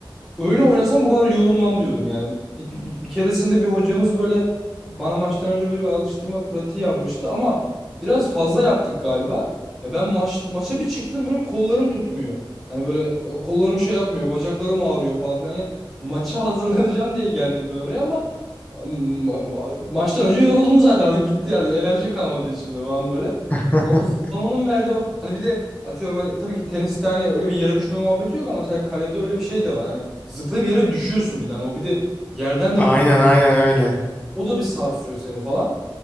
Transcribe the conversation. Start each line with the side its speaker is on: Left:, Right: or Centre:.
Centre: Öyle oynasam bu kadar yorulmam diyordum yani. Bir, bir, bir, bir keresinde bir hocamız böyle bana maçtan önce böyle bir alıştırma pratiği yapmıştı ama biraz fazla yaptık galiba. Ya ben maç maça bir çıktım böyle kollarım tutmuyor. Hani böyle e, kollarım şey yapmıyor, bacaklarım ağrıyor falan filan. Hani maça <laughs> hazırlanacağım diye geldim ben oraya ama ma- ma- maçtan önce yoruldum zaten artık bitti yani enerji kalmadı içimde falan böyle.
Left: <laughs>
Centre: Ya O zıplamanın verdiği o hani bir de atıyorum hani tabii ki teniste hani öyle bir yere düşme muhabbeti yok ama mesela kalede öyle bir şey de var. Hani zıplayıp yere düşüyorsun bir tane. O bir de yerden de
Left: Aynen
Centre: bir
Left: aynen öyle.
Centre: o da bir sarsıyor seni falan.